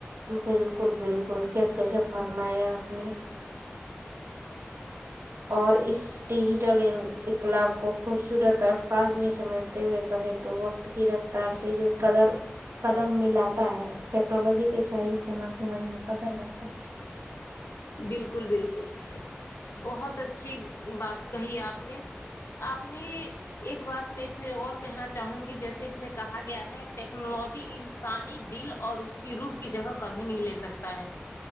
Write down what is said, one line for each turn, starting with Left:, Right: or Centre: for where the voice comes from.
Right: بالکل بالکل کیا گجب فرمایا آپ نے اور اس ڈیجیٹل ان اقلاب کو خوبصورت اور الفاظ میں سمیٹتے ہوئے کہے تو وقت کی رفتار سے جو قدر قدم ملاتا ہے ٹیکنالوجی کے صحیح استعمال سے وہی مقدر بنتا ہے
Left: بالکل بالکل بہت اچھی بات کہی آپ نے آپ نے ایک بات میں اس میں اور کہنا چاہوں گی جیسے اس میں کہا گیا ہے ٹیکنالوجی انسانی دل اور اس کی روح کی جگہ کبھی نہیں لے سکتا ہے